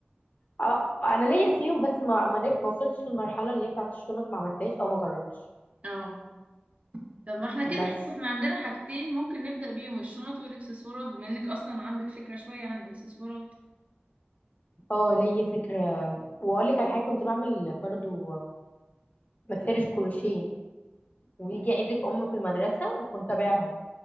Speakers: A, on the left; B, on the right.
A: أه أنا ليا فيهم بس ما ما ما وصلتش للمرحلة اللي هي بتاعت الشنط ما عملتهاش أو ما جربتش
B: اه طب ما احنا كده
A: بس
B: حلو احنا عندنا حاجتين ممكن نبدأ بيهم الشنط والاكسسوارات بما انك اصلا عندك فكرة شوية عن الاكسسوارات
A: أه ليا فكرة وأقول لك على حاجة كنت بعمل برضو آه، مفارش كروشيه ويجي عيد الام في المدرسه وكنت ابيعهم